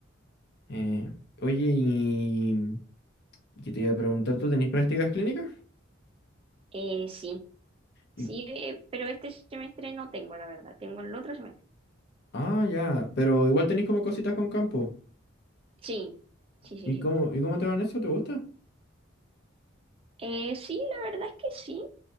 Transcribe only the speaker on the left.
Eh, oye, y que te iba a preguntar, ¿tú tenéis prácticas clínicas?
Y-
Ah, ya, pero igual tenéis como cositas con campo.
¿Y y
cómo, y cómo te van eso? ¿Te gusta?